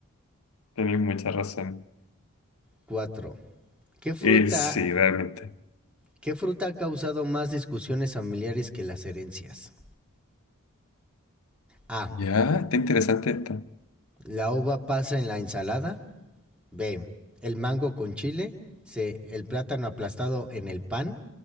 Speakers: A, on the left; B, in the centre.
A: Tenés mucha razón.
B: cuatro ¿Qué fruta
A: Y sí, realmente.
B: ¿Qué fruta ha causado más discusiones familiares que las herencias? A.
A: Ya, está interesante esta.
B: La uva pasa en la ensalada. B. El mango con chile. C. El plátano aplastado en el pan.